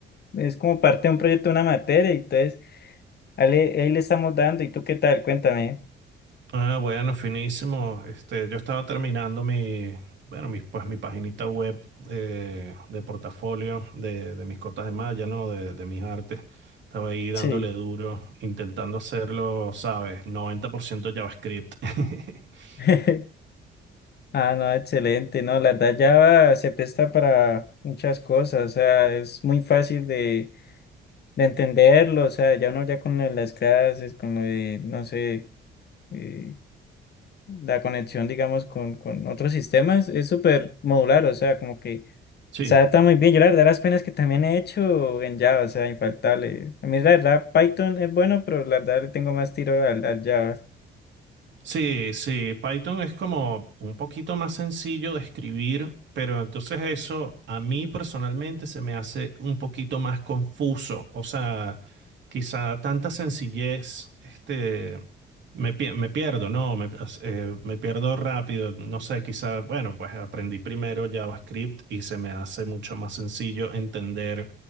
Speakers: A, on the left; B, on the right.
A: es como parte de un proyecto, una materia. y Entonces, ahí le, ahí le estamos dando. ¿Y tú qué tal? Cuéntame.
B: Ah, bueno, finísimo. Este, yo estaba terminando mi, bueno, mi, pues mi paginita web eh, de portafolio de, de mis cotas de malla, ¿no? De, de mis artes. Estaba ahí dándole
A: Sí.
B: duro, intentando hacerlo, ¿sabes? noventa por ciento JavaScript. <laughs>
A: <laughs> Ah, no, excelente. No, la verdad, Java se presta para muchas cosas. O sea, es muy fácil de de entenderlo, o sea, ya uno ya con lo de las clases, con lo de, no sé, eh, la conexión, digamos, con, con otros sistemas, es súper modular, o sea, como que
B: Sí.
A: se adapta muy bien. Yo la verdad las penas que también he hecho en Java, o sea, infaltable. A mí la verdad Python es bueno, pero la verdad le tengo más tiro al, al Java.
B: Sí, sí, Python es como un poquito más sencillo de escribir, pero entonces eso a mí personalmente se me hace un poquito más confuso. O sea, quizá tanta sencillez, este, me, pie- me pierdo, ¿no? Me, eh, me pierdo rápido. No sé, quizá, bueno, pues aprendí primero JavaScript y se me hace mucho más sencillo entender